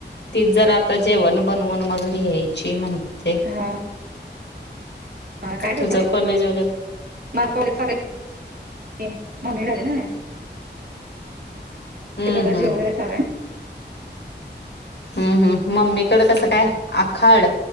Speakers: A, on the left; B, on the right.
A: तीच जर आता जेवण बनवून मग लिहायची म्हणते.
B: हा हा काय करतयस?
A: तुझं कॉलेज वगैरे
B: माझ कॉलेज चालुये की ममी झाली ना?
A: हम्म
B: तिच आता जेवण
A: हम्म
B: वगैरे चालू आहे
A: हम्म हम्म मम्मी कड कसं
B: हम्म.
A: काय आखाड